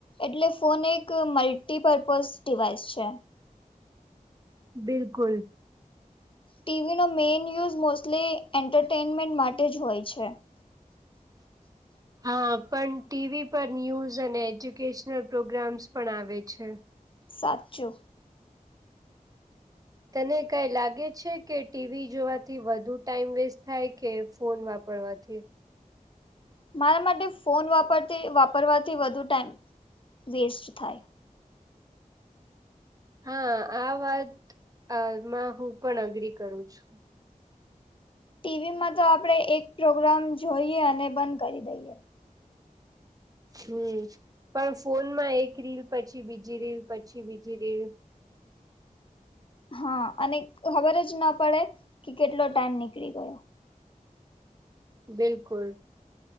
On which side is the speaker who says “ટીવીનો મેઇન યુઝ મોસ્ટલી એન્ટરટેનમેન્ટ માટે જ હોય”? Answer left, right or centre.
Left